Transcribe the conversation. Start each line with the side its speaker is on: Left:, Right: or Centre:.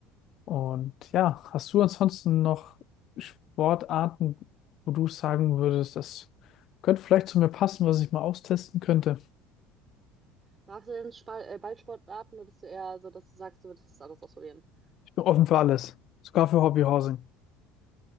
Left: Und ja, hast du ansonsten noch Sportarten, wo du sagen würdest, das könnte vielleicht zu mir passen, was ich mal austesten könnte?
Right: Magst du denn Spal äh, Ballsportarten oder bist du eher so, dass du sagst, du würdest das alles ausprobieren? <laughs>
Left: Ich bin offen für alles, sogar für Hobbyhousing.